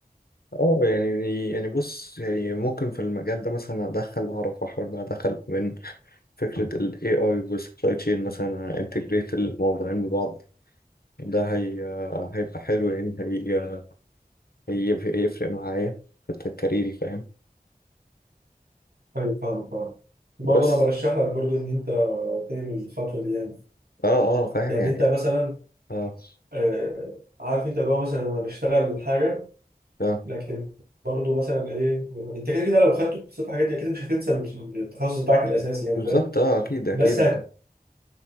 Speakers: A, on the left; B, on the right.
A: اه يعني يعني بص يعني ممكن في المجال ده مثلا ادخل اعرف احاول بقى ادخل من فكرة ال AI وال supply chain مثلا انتجريت الموضوعين ببعض ده هي هيبقى حلو يعني هي هيف- هيفرق معايا في كاريري فاهم
B: ايوه فاهمك طبعا برضه
A: بس
B: انا برشح لك برضه ان انت تعمل الخطوه دي يعني
A: اه اه فاهم
B: يعني
A: يعني
B: انت مثلا
A: اه
B: آه، عارف انت اللي هو مثلا انا بشتغل حاجه
A: ف-
B: لكن برضه مثلا ايه انت كده كده لو خدت كورسات الحاجات دي اكيد مش هتنسى التخصص بتاعك الاساسي يعني
A: بالظبط
B: فاهم
A: اه اكيد اكيد
B: بس
A: لان
B: هت...